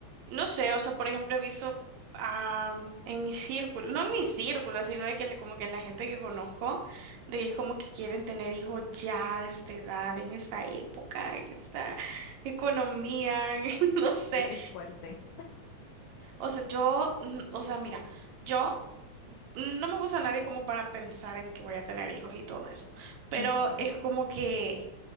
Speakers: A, on the right; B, on the left.
A: no sé, o sea, por ejemplo, he visto ah, en mi círculo, no en mi círculo, sino de que le- como que en la gente que conozco, de que es como que quieren tener hijos ya a esta edad, en esta época, en esta economía, en- <laughs> no sé.
B: Sí que es fuerte.
A: O sea, yo, mm, o sea, mira, yo no me gusta a nadie como para pensar en que voy a tener hijos y todo eso, pero
B: Ujú.
A: es como que